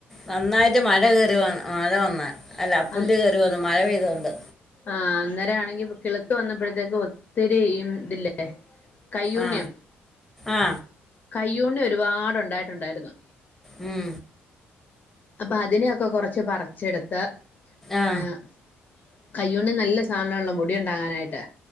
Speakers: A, in the centre; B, on the left.
A: നന്നായിട്ട് മഴ കേറി വ മഴ വന്ന് അല്ല പുല്ല്
B: ആഹ്
A: ര് വന്ന് മഴ പെയ്തോണ്ട്
B: ആഹ് അന്നേര ആണെങ്കി ഇപ കിളിത്തു വന്നപ്പഴത്തേക്കും ഒത്തിരി ഇമ് ഇതില്ലെ കയ്യുണ്ണ്യൊ
A: ആ ആ
B: കയ്യുണ്ണി ഒരുപാടു ഉണ്ടായിട്ടുണ്ടായിരുന്നു
A: ഉം
B: അപ്പ അതിനെയൊക്ക കൊറച്ച് പറിച്ചെടുത്ത്
A: ആ
B: ഏഹ് കയ്യുണ്ണി നല്ല സാധനാണലൊ മുടി ഉണ്ടാകാനായിട്ട്